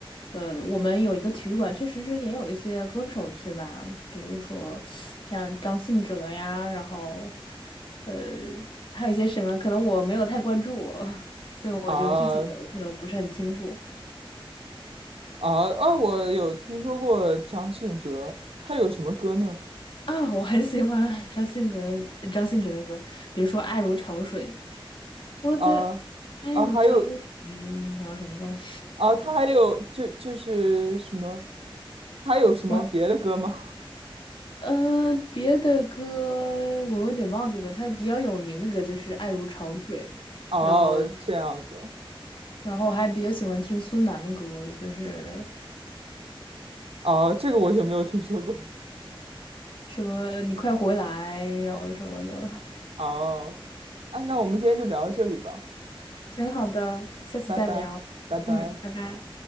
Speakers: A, on the left; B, on the right.
A: 呃，我们有一个体育馆，确实是也有一些歌手去吧，比如说像张信哲呀，然后，呃，还有一些什么，可能我没有太关注，<laughs> 所以我就具体的可能不是很清楚。
B: 啊啊啊！我有听说过张信哲，他有什么歌呢？
A: 啊，我很喜欢张信哲，张信哲的歌，比如说《爱如潮水》，我的爱如潮水，
B: 啊啊，还有。
A: 然后什么忘了
B: 啊，他还有就就是什么，他有什么别的歌吗？
A: 我嗯，呃别的歌我有点忘记了，他比较有名的歌就是《爱如潮水》，
B: <laughs> 哦，
A: 然后
B: 这样子，
A: 然后我还比较喜欢听孙楠的歌，就是
B: 哦，这个我就没有听说过。
A: 什么你快回来，然后什么的。
B: 哦，哎，那我们今天就聊到这里吧，
A: 行，好的，下次再聊，
B: 拜拜，拜拜。
A: 嗯，拜拜。